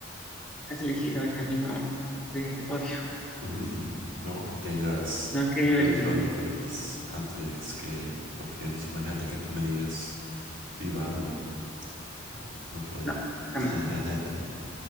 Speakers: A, in the centre; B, on the right.
A: Has elegido el camino del odio.
B: <laughs> No, que tengas
A: No, qué divertido.
B: religión diferentes antes que opiniones. Imagínate que tú me digas, viva AMLO. No, no podría.
A: No, jamás.
B: <laughs>